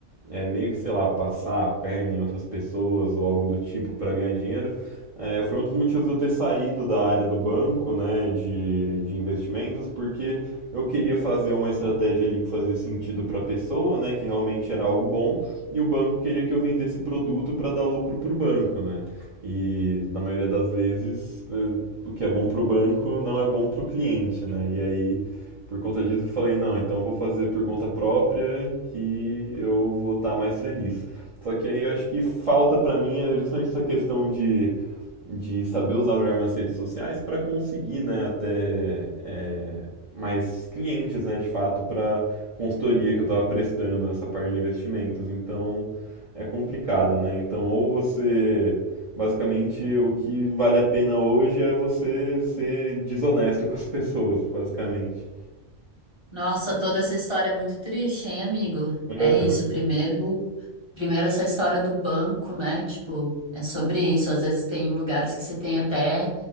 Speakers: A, on the right; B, on the left.
A: é, meio que, sei lá, passar a perna em outras pessoas ou algo do tipo para ganhar dinheiro, é, foi um dos motivos de eu ter saído da área do banco, né, de, de investimentos, porque eu queria fazer uma estratégia ali que fazia sentido para a pessoa, né, que realmente era algo bom, e o banco queria que eu vendesse produto para dar lucro para o banco, né? E na maioria das vezes, eh, o que é bom para o banco não é bom para o cliente, né? E aí por conta disso, eu falei, não, então eu vou fazer por conta própria que eu vou estar mais feliz. Só que aí eu acho que falta pra mim é justamente essa questão de, de saber usar melhor minhas redes sociais pra conseguir, né, até é, mais clientes, né, de fato, pra consultoria que eu tava prestando nessa parte de investimentos. Então é complicado, né? Então ou você basicamente o que vale a pena hoje é você ser desonesto <laughs> com as pessoas, basicamente.
B: Nossa, toda essa história é muito triste, hein, amigo?
A: Aham.
B: É isso, primeiro Primeiro, essa história do banco, né? Tipo, é sobre isso. Às vezes tem lugares que você tem até